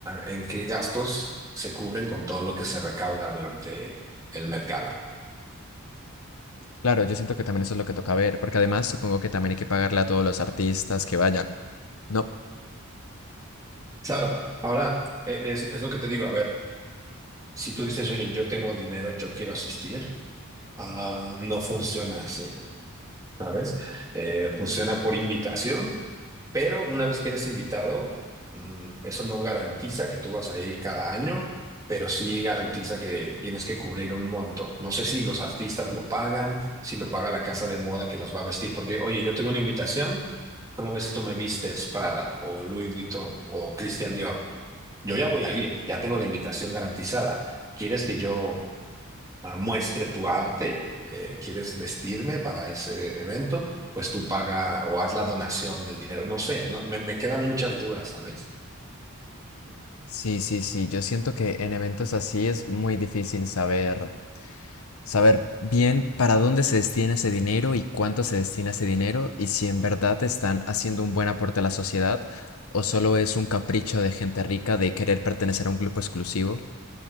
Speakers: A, on the right; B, on the left.
A: en qué gastos se cubren con todo lo que se recauda durante el Met Gala?
B: Claro, yo siento que también eso es lo que toca ver, porque además supongo que también hay que pagarle a todos los artistas que vayan. No.
A: Claro, ahora e- es, es lo que te digo, a ver, si tú dices, oye, yo tengo dinero, yo quiero asistir, ah, no funciona así, ¿sabes? Eh, funciona por invitación, pero una vez que eres invitado, mm, eso no garantiza que tú vas a ir cada año, pero sí garantiza que tienes que cubrir un monto. No sé si los artistas lo pagan, si lo paga la casa de moda que los va a vestir, porque, oye, yo tengo una invitación, ¿cómo ves si tú me vistes Prada o Louis Vuitton o Christian Dior? Yo ya voy a ir, ya tengo la invitación garantizada. ¿Quieres que yo ah, muestre tu arte? Eh, ¿quieres vestirme para ese evento? Pues tú paga o haz la donación del dinero. No sé, no- me, me quedan muchas dudas, ¿sabes?
B: Sí, sí, sí, yo siento que en eventos así es muy difícil saber. saber bien para dónde se destina ese dinero y cuánto se destina ese dinero y si en verdad están haciendo un buen aporte a la sociedad o solo es un capricho de gente rica de querer pertenecer a un grupo exclusivo